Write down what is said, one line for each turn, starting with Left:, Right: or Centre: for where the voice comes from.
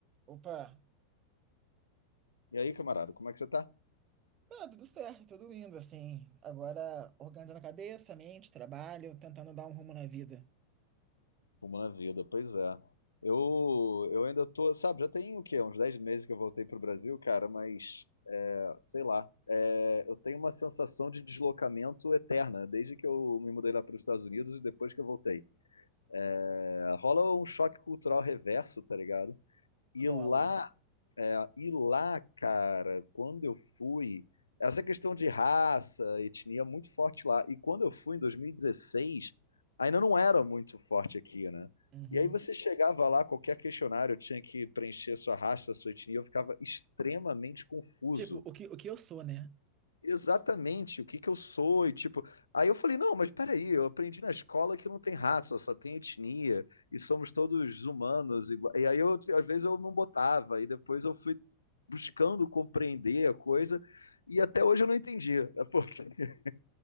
Right: Opa!
Left: E aí, camarada, como é que você tá?
Right: Cara, tudo certo, tudo indo, assim. Agora organizando a cabeça, a mente, trabalho, tentando dar um rumo na vida.
Left: Como na vida, pois é. Eu, eu ainda tô, sabe, já tem o quê? Uns 10 meses que eu voltei pro Brasil, cara, mas é, sei lá. É, eu tenho uma sensação de deslocamento eterna, desde que eu me mudei lá para os Estados Unidos e depois que eu voltei. É, rola um choque cultural reverso, tá ligado? E
Right: Rola.
Left: lá É, e lá, cara, quando eu fui, essa questão de raça, etnia é muito forte lá. E quando eu fui em 2016, ainda não era muito forte aqui, né?
Right: Uhum.
Left: E aí você chegava lá, qualquer questionário tinha que preencher sua raça, sua etnia, eu ficava extremamente confuso
Right: Tipo, o que, o que eu sou, né?
Left: exatamente o que que eu sou e tipo, aí eu falei, não, mas peraí, eu aprendi na escola que não tem raça, só tem etnia e somos todos humanos igua- E aí eu às vezes eu não botava e depois eu fui buscando compreender a coisa e até hoje eu não entendi, É porque <laughs>